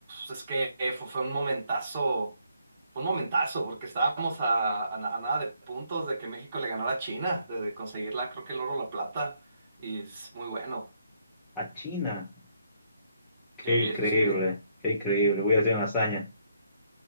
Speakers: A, on the right; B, in the centre.
A: es que fue, fue un momentazo, fue un momentazo, porque estábamos a, a na- a nada de puntos de que México le ganara a China, de, de conseguirla, creo que el oro o la plata, y es muy bueno.
B: A China. Qué
A: Sí,
B: increíble,
A: sí, sí.
B: qué increíble. Voy a hacer una hazaña.